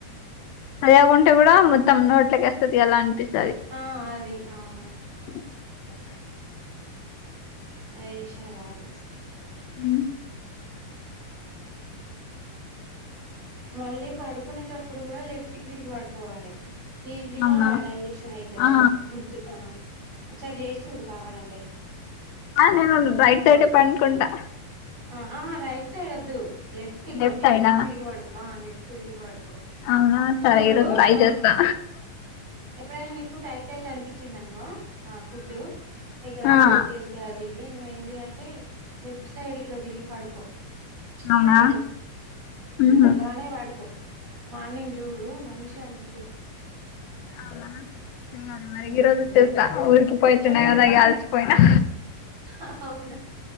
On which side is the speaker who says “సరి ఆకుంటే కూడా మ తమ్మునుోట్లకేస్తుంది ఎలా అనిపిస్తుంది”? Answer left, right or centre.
Left